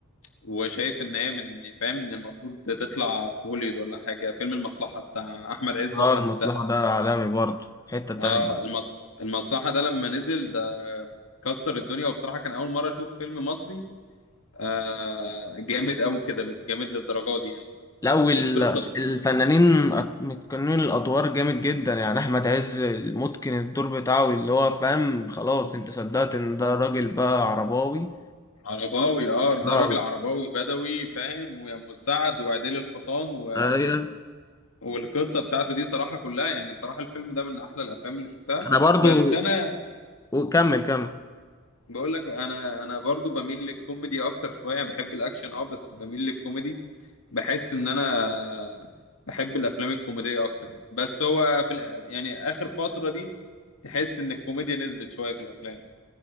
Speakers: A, on the left (about 85°); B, on the left (about 15°).
A: وشايف ان هي من فاهم ان المفروض تطلع في هوليوود ولا حاجة فيلم المصلحة بتاع احمد عز
B: اه
A: واحمد
B: المصلحة
A: السقا
B: ده عالمي برضه في حتة تانية
A: اه المص... المصلحة ده لما نزل ده كسر الدنيا وبصراحة كان اول مرة اشوف فيلم مصري آه جامد قوي كده جامد للدرجه دي يعني
B: لا وال-
A: القصه
B: الفنانين أت- متقنين الادوار جامد جدا يعني احمد عز متقن الدور بتاعه اللي هو فاهم خلاص انت صدقت ان ده راجل بقى عرباوي
A: عرباوي اه ده
B: اه
A: راجل عرباوي بدوي فاهم ويا ام السعد وعديل الحصان و...
B: أيوة.
A: والقصه بتاعته دي صراحه كلها يعني صراحه الفيلم ده من احلى الافلام اللي شفتها
B: انا برضه
A: بس انا
B: وكمل كمل
A: بقول لك انا انا برضو بميل للكوميدي اكتر شويه بحب الاكشن اه بس بميل للكوميدي بحس ان انا بحب الافلام الكوميديه اكتر يعني بس هو في الأ- يعني اخر فتره دي تحس ان الكوميديا نزلت شويه في الافلام